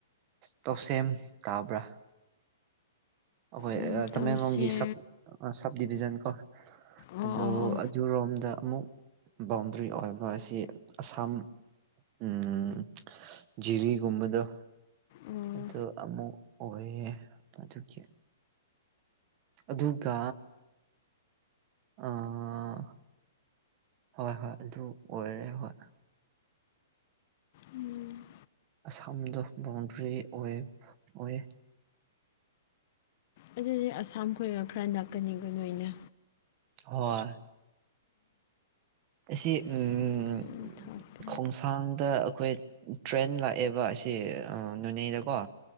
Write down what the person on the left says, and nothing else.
ꯎꯝ
ꯇꯧꯁꯦ
ꯑꯣ
ꯑꯣ ꯑꯣ
ꯑꯣ
ꯎꯝ
ꯑꯗꯨꯗꯤ ꯑꯁꯥꯝ ꯈꯣꯏꯒ ꯈꯔ ꯅꯛꯀꯅꯤꯒ ꯅꯣꯏꯅ
ꯑꯁ
ꯐꯖꯅ ꯊꯥꯞꯄꯦ